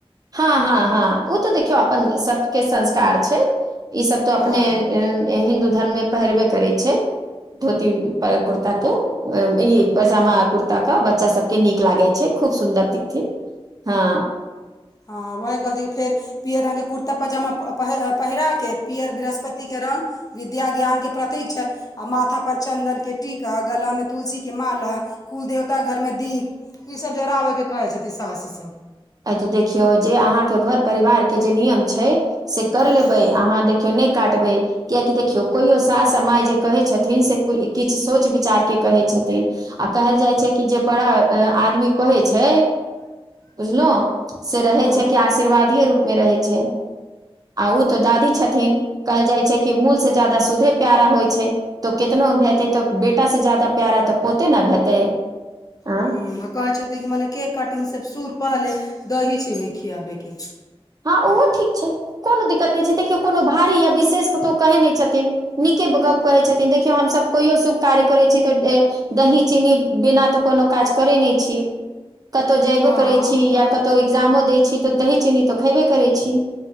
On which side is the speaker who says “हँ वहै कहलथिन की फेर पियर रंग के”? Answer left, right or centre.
Left